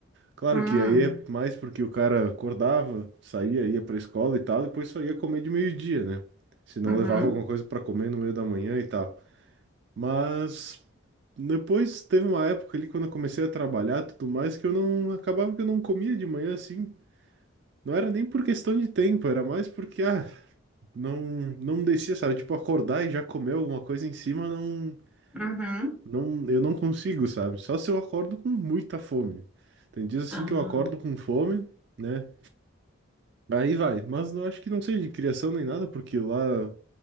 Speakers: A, on the right; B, in the centre.
A: Claro
B: Hum,
A: que aí é mais porque o cara acordava, saía, ia pra escola e tal, depois só ia comer de meio-dia, né? Se não
B: uhum,
A: levava alguma coisa pra comer no meio da manhã e tal. Mas depois teve uma época ali quando eu comecei a trabalhar, e tudo mais que eu não acabava que eu não comia de manhã assim. Não era nem por questão de tempo, era mais porque ah, não não descia, sabe? Tipo acordar e já comer alguma coisa em cima, não
B: uhum,
A: não eu não consigo, sabe? Só se eu acordo com muita fome. Tem dias assim
B: Ah,
A: que eu acordo com fome né? Aí vai, mas eu acho que não seja de criação nem nada, porque lá